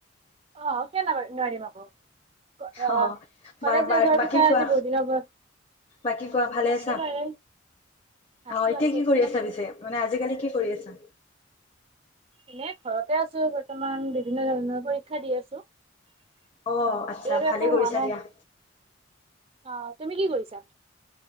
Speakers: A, on the right (about 30°); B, on the left (about 30°).
A: অ কিয় ন নোৱাৰিম আকৌ আহ
B: অ
A: কলেজ
B: বা
A: শেষ হোৱাৰ
B: বাকী
A: পিছত
B: কোৱা
A: আজি বহুত দিনৰ মূৰত
B: বাকী কোৱা ভালে
A: আছো
B: আছা
A: বাৰু
B: আহ
A: আছো
B: এতিয়া
A: আছো
B: কি
A: তুমি
B: কৰি আছা পিছে মানে আজিকালি কি কৰি আছা
A: এ ঘৰতে আছো বৰ্তমান বিভিন্ন ধৰণৰ পৰীক্ষা দি আছো
B: অ আচ্ছা
A: আৰু
B: ভালেই
A: একো হোৱা
B: কৰিছা
A: নাই
B: দিয়া
A: অ তুমি কি কৰিছা